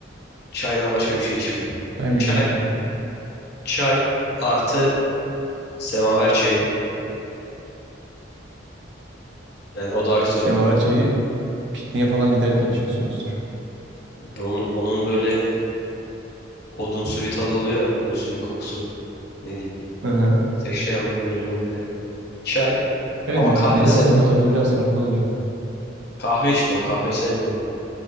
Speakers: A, on the left; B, on the right.
A: Çaydan başka bir şey içmiyorum.
B: Çay mı
A: Çay,
B: içiyorsun?
A: çay artı semaver çayı. Yani o daha güzel
B: Semaver
A: oluyor.
B: çayı pikniğe falan giderken içiyorsunuzdur.
A: Onun, onun böyle odunsu bir tadı oluyor ya, odunsu bir kokusu. ne diyeyim.
B: Hı hı.
A: Ateşle yanlığı belli oluyor yani. Çay.
B: Evet
A: Ama
B: ne-
A: kahve
B: nedense
A: sevmem.
B: onun tadı biraz farklı oluyor.
A: Kahve içmiyorum. Kahve sevmiyorum.